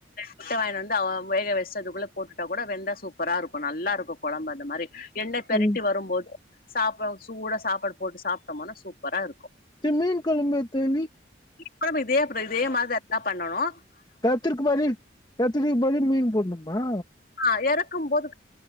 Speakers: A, on the left (about 50°); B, on the left (about 20°).
A: முட்டை வாங்கினு வந்து ஆ வேக வெச்டு அதுக்குள்ள போட்டுட்டா கூட வெந்தா சூப்பரா இருக்கு நல்லாருக்கு கொழம்பு அந்த மாரி எண்ண பெரட்டி
B: ம்
A: வரும் போது சாப்டவு சூடா சாப்பாடு போட்டு சாப்ட்டமனா சூப்பரா இருக்கு
B: தி மீன் கொழம்பு தோழி
A: கொழம்பு இதே அப்புறோ இதே மாரிதான் என்னா பண்ணணும்
B: கத்தக்கு மாதிரி கத்திருக்கு மாதிரி மீன் போடணும் ஆ
A: ஆ எறக்கும் போது